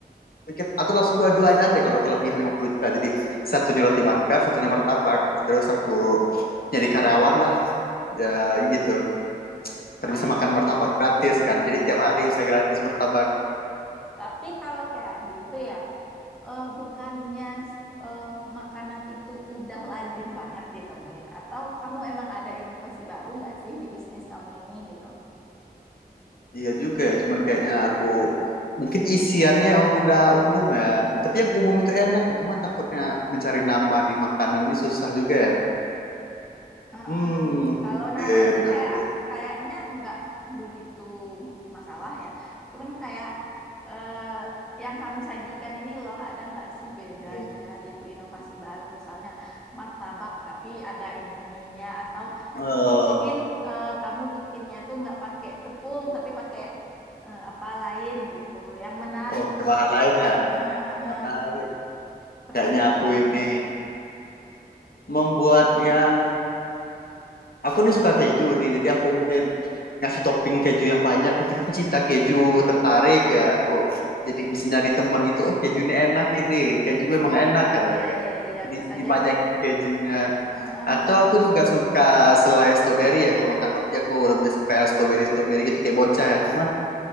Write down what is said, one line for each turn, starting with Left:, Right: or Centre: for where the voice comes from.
Left: bikin atau langsung dua-duanya aja kalau kelebihan 50 juta. Jadi satunya roti bakar, satunya martabak. Terus aku jadi karyawan lah ya gitu. Terus
Centre: Hmm.
Left: bisa makan martabak
Centre: Mm-mm.
Left: gratis kan. Jadi tiap hari bisa gratis martabak.
Centre: Tapi kalau kayak gitu ya, eh, bukannya eh, makanan itu udah lazim banget ditemuin? Atau kamu emang ada inovasi baru nggak sih di bisnis kamu ini gitu?
Left: Iya juga ya, cuman kayaknya aku mungkin isiannya yang udah umum ya. Tapi yang umum itu enak, ya. cuman takutnya mencari nama di makanan ini susah juga ya.
Centre: Heeh.
Left: Hmm, mungkin
Centre: Kalau nama sih kayak
Left: aku
Centre: kayaknya nggak begitu masalah ya. Cuman kayak eh, yang kamu sajikan ini loh, ada nggak sih bedanya
Left: hmm.
Centre: gitu inovasi baru misalnya martabak tapi ada ini ininya atau
Left: Oh,
Centre: eh, mungkin eh, kamu bikinnya tuh nggak pakai tepung tapi pakai eh, apa lain gitu, yang menarik
Left: oh pakai
Centre: gitu
Left: bahan lain
Centre: kan?
Left: ya.
Centre: Eh, eh, eh, eh,
Left: Menarik.
Centre: Perkembangannya.
Left: Kayaknya aku ini membuat yang aku nih suka keju nih jadi aku mungkin ngasih topping keju yang banyak mungkin pecinta keju tertarik ya aku jadi bisa nyari teman gitu oh keju ini enak gini keju
Centre: Ah
Left: memang enak katanya
Centre: iya
Left: kan
Centre: iya iya
Left: jadi
Centre: bisa
Left: dibajakin
Centre: jadi.
Left: kejunya
Centre: Heeh.
Left: atau aku juga suka selai strawberry ya kalau makan roti aku lebih suka yang strawberry strawberry gitu kayak bocah ya cuman